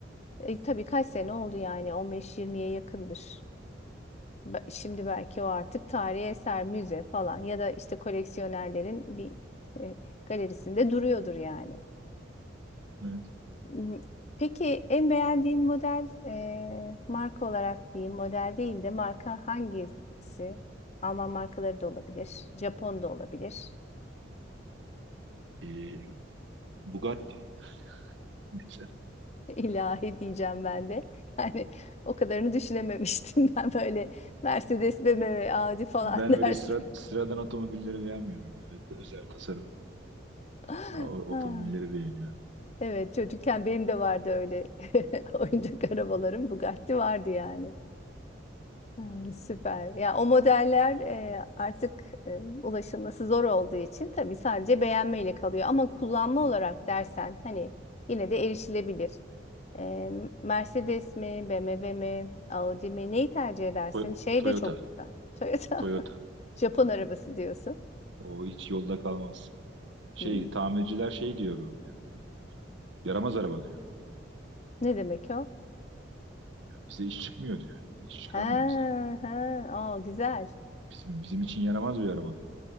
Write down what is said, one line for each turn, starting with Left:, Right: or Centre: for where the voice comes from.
Left: E, tabii kaç sene oldu yani 15-20'ye yakındır. Be- Şimdi belki o artık tarihi eser, müze falan ya da işte koleksiyonerlerin bir e, galerisinde duruyordur yani.
Right: Evet.
Left: M- Peki en beğendiğin model e, marka olarak diyeyim, model değil de marka hangisi? Alman markaları da olabilir, Japon da olabilir.
Right: E, Bugatti mesela.
Left: <laughs> İlahi diyeceğim ben de. Yani o kadarını düşünememiştim <laughs> ben böyle Mercedes, BMW, Audi falan
Right: Ben
Left: dersin.
Right: öyle sıra, sıradan otomobilleri beğenmiyorum. Böyle özel tasarım.
Left: <laughs>
Right: Aa, o-
Left: Ha.
Right: otomobilleri beğeniyorum.
Left: Evet çocukken benim de vardı öyle <laughs> oyuncak arabalarım. Bugatti vardı yani. Hmm, süper. Ya o modeller e, artık e, ulaşılması zor olduğu için tabii sadece beğenmeyle kalıyor. Ama kullanma olarak
Right: Hı-hı.
Left: dersen hani yine de erişilebilir. E, Mercedes mi, BMW mi, Audi mi neyi tercih edersin?
Right: To-
Left: Şey
Right: Toyota.
Left: de çok güzel. Toyota.
Right: Toyota.
Left: <laughs> Japon
Right: Hı-hı.
Left: arabası diyorsun.
Right: O hiç yolda kalmaz. Şey
Left: Hmm,
Right: tamirciler şey diyorum yani. Yaramaz araba diyor.
Left: Ne demek o?
Right: Bize iş çıkmıyor diyor. yani, İş çıkarmıyor
Left: Ha
Right: bize.
Left: ha. Aa, güzel.
Right: Bizim, bizim için yaramaz bir araba diyor.